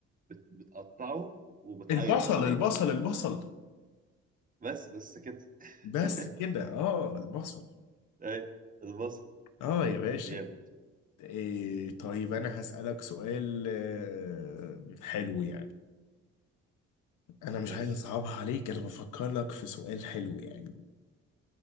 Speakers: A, on the right; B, on the left.
A: بت- بتقطعه وبتعيط
B: البصل
A: عليه
B: البصل البصل
A: بس بس كده
B: بس
A: <laughs>
B: كده اه البصل
A: ايه البصل
B: اه يا باشا
A: جامد
B: إيه طيب انا هسألك سؤال آه، حلو يعني انا مش
A: ماشي
B: عايز اصعبها عليك انا بفكر لك في سؤال حلو يعني